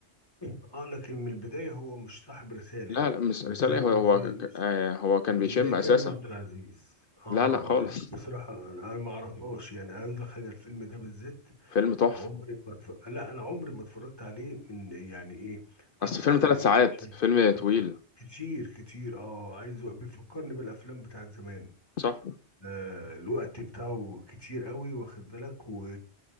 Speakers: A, on the left; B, on the left.
A: <coughs> اه لكن من البداية هو مش صاحب رسالة
B: لا
A: يعني
B: لا مش رسالة
A: مش زي
B: ايه هو
A: مش
B: هو
A: زي
B: ك- آه، هو كان
A: مش
B: بيشم
A: زي كريم
B: اساسا
A: عبد العزيز اه
B: لا لا خالص
A: اه لا بصراحة انا أنا ما اعرفهاش يعني عاوز لك حاجة الفيلم ده بالذات
B: فيلم تحفة
A: عمري ما اتف... لا انا عمري ما اتفرجت عليه من يعني ايه افتح
B: اصل فيلم ثلاث
A: الاقيه
B: ساعات
A: شغال
B: فيلم
A: في اليوتيوب
B: طويل
A: بتاع كتير كتير اه عايز بيفكرني بالافلام بتاعت زمان
B: صح
A: آه الوقت بتاعه كتير قوي واخد بالك و